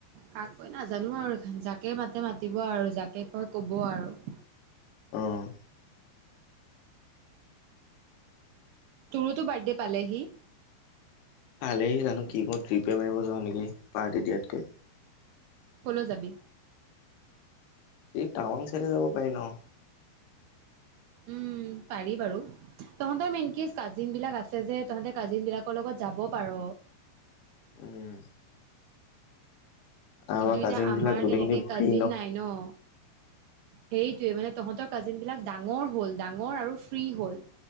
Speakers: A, on the right (about 80°); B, on the left (about 70°).
A: কাক কৈ নাজানো আৰু যাকে মাতে মাতিব আৰু যাকে কয় কব আৰু।
B: অঁ
A: তোৰোঁটো বাৰ্থডে পালেহি।
B: পালেহি জানো কি কো ট্ৰিপে মাৰিব যাওঁ নেকি পাৰ্টি দিয়াতকৈ।
A: কলৈ যাবি?
B: এই টাৱাং চাইডে যাব পাৰি ন।
A: উম পাৰি বাৰু। তহঁতৰ মেইন কি কাজিন বিলাক আছে যে তহঁতে কাজিন বিলাকৰ লগত যাব পাৰ।
B: উম আমাৰ
A: কিন্তু এতিয়া
B: কাজিন
A: আমাৰ
B: বিলাক গোটেইখিনি
A: তেনেকে
B: ফ্ৰী
A: কাজিন নাই ন। সেইটোৱে মানে তহঁতৰ কাজিন বিলাক ডাঙৰ হল ডাঙৰ আৰু ফ্ৰী হ'ল।